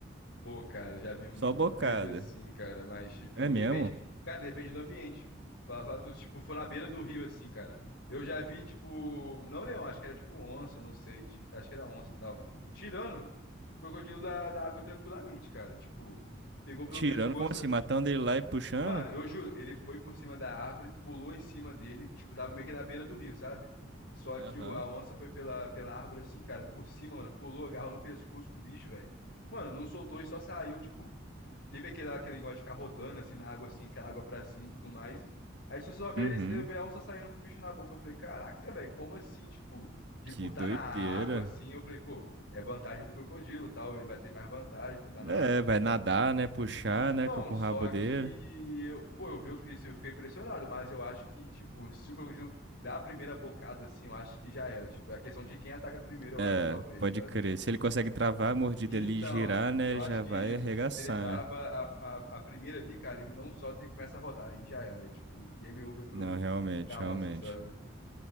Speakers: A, on the left (about 70°); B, on the right (about 60°).
A: Pô, cara, eu já vi muito
B: Só bocada.
A: vídeo assim, cara, mas tipo,
B: É mesmo?
A: depende, cara, depende do ambiente. Pra, pra tu, tipo, foi na beira do rio assim, cara. Eu já vi tipo, não leão, acho que era tipo onça, não sei, ti- acho que era onça, e tal. Tirando o crocodilo da, da água tranquilamente, cara. Tipo, pegou pelo
B: Tirando,
A: pescoço.
B: como assim?
A: ele-
B: Matando ele lá e puxando?
A: Mano, eu juro, ele foi por cima da árvore, pulou em cima dele, tipo, tava meio que na beira do rio, sabe? Só
B: Aham.
A: que o, a onça foi pela, pela árvore assim, cara, por cima, mano, pulou, agarrou no pescoço do bicho, velho. Mano, não soltou e só saiu, tipo, Teve aquele, aquele negócio de ficar rodando assim na água, assim, aquela água pra cima e tudo mais. Aí se você só vê
B: Uhum.
A: eles, eu vi a onça saindo com o bicho na boca. Eu falei, caraca, velho, como assim, tipo, de
B: Que
A: por estar
B: doideira.
A: na água assim? Eu falei, pô, é vantagem do crocodilo, tal, ele vai ter mais vantagem por estar na
B: É,
A: água.
B: vai nadar, né? Puxar,
A: Então,
B: né? Com com
A: só
B: o rabo dele.
A: que, eu, pô, eu vi, eu fiquei, assim, eu fiquei impressionado, mas eu acho que, tipo, se o crocodilo dá a primeira bocada assim, eu acho que já era. Tipo, é a questão de quem ataca primeiro, eu
B: É,
A: acho, talvez,
B: pode
A: sabe?
B: crer. Se ele consegue travar a mordida
A: Então,
B: ali e girar, né?
A: eu acho
B: Já
A: que
B: vai
A: isso,
B: arregaçar,
A: tipo, se ele trava
B: né?
A: a, a, a primeira ali, cara, ele não solta e começa a rodar, e já era. É tipo, game over pro,
B: Não, realmente,
A: pra
B: realmente.
A: onça, sabe?